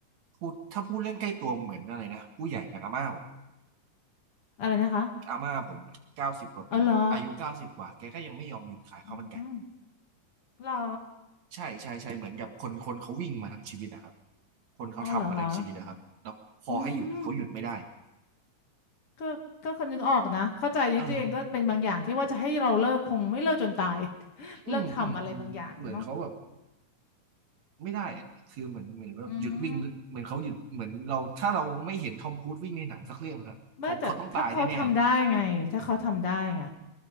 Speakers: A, on the right; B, on the left.
A: พูดถ้าพูดเรื่องใกล้ตัวเหมือนอะไรนะผู้ใหญ่อย่างอาม่าผม
B: อะไรนะคะ
A: อาม่าผมเก้าสิบกว่าปีอายุเก้าสิบกว่า
B: เอาเหรอ
A: แกก็ยังไม่ยอมหยุดขายข้าวมันไก่
B: อืมเหรอ
A: ใช่ใช่ใช่เหมือนกับคนคนเขาวิ่งมาทั้งชีวิตนะครับคนเขาทำมาทั้งชีวิตนะครับแล้วพอให้หยุดเขาหยุดไม่ได้
B: อ๋อเหรอคะอืมก็ก็คนนึกออกนะเข้าใจนี่ตัวเองก็เป็นบางอย่างที่ว่าจะให้เราเลิกคงไม่เลิกจนตาย
A: เออ
B: <laughs>
A: อืมอืมอืมเหมือนเขาแบบ
B: เลิกทำอะไรบางอย่างเนาะ
A: ไม่ได้อะคือเหมือนเหมือนแบบหยุดวิ่งเหมือนเขาหยุดเหมือนเราถ้าเราไม่เห็นทอมครูซวิ่งในหนังสักเรื่องครับเขาเขาต้องตายแน่ๆเลย
B: อืม ไม่แต่ถ้าเขาทำได้ไงถ้าเขาทำได้ไง